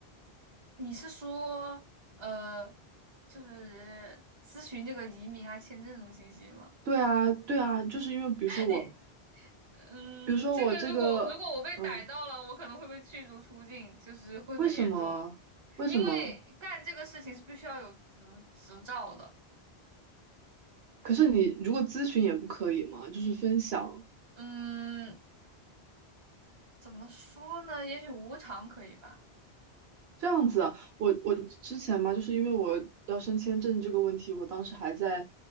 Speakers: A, on the right; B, on the right.
A: 你是说，呃，就是咨询这个移民啊、签证这种信息吗？
B: 对啊，对啊，就是因为比如说我，
A: 你，<laughs> 嗯，
B: 比如说我这个，
A: 这个如果如果我被逮到了，
B: 嗯，
A: 我可能会被驱逐出境，就是会很严重，
B: 为什么？为什么？
A: 因为干这个事情是必须要有执执照的。
B: 可是你如果咨询也不可以吗？就是分享。
A: 嗯，怎么说呢？也许无偿可以吧。
B: 这样子啊，我我之前嘛，就是因为我要申签证这个问题，我当时还在